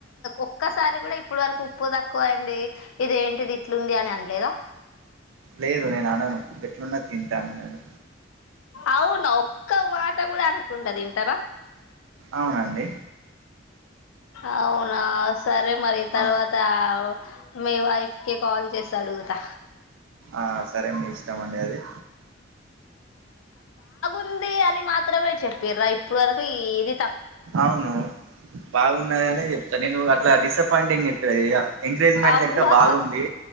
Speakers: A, on the left (about 85°); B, on the right (about 85°).
A: ఒక్కసారి కూడ ఇ ఇప్పుడు వరకు ఉప్పు తక్కువ అయ్యింది ఇదేంటిది ఇట్లుంది అని అనలేదా
B: లేదు నేను అనను ఎట్లున్నా తింటాను నేను
A: అవును ఒక్క మాట కూడ అనకుండ తింటర
B: అవునండి
A: అవునా సరే మరి తర్వాత
B: ఆ
A: మీ వైఫ్ కి కాల్ చేసి అడుగుతా
B: ఆ సరే మీ ఇష్టమండి అది
A: ఉంది అని మాత్రమే చెప్పిర అ ఇప్పుడు వరకు ఏది త
B: అవును బాగున్నద అనే చెప్త నేను అట్లా డిసప్పయింటింగ్ ఇక్కడ చేయ ఎంకరే
A: అబ్బా
B: ఇంకా బాగుంది